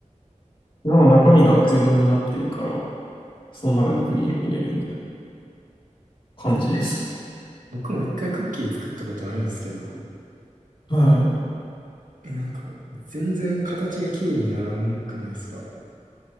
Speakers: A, on the left; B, on the right.
A: なんか中身が空洞になってるから、その中にクリーム入れるみたいな感じですね。
B: え、な僕も一回クッキー作ったことあるんですけど、
A: はい。
B: え、なんか、全然形が綺麗にならんくないですか